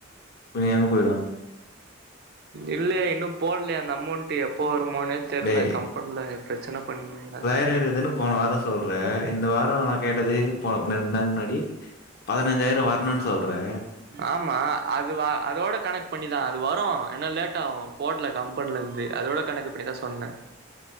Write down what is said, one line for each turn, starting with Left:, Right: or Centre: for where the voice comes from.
Left: நீ எங்க போய்டுவ
Right: இல்லே இன்னு போடலயா அந்த அமொண்ட்டு எப்போ வருமோனே தெர்ல
Left: டேய்
Right: கம்பென்ல பிரச்சன பண்ணினுகிறாரு
Left: நேரு எதனப் போன வாரோ சொல்றே இந்த வாரோ நா கேட்டதுக்கு போ ரெண்டு நாள் முன்னாடி பதனஞ்சாயிரோ வர்ணு சொல்றே
Right: ஆமா அதுவா அதோட கனக் பண்ணிதா அது வரு ஏனா லேட்டாகு போடுல கம்பெனிலந்து அதோட கணக்கு பண்ணி தா சொன்னே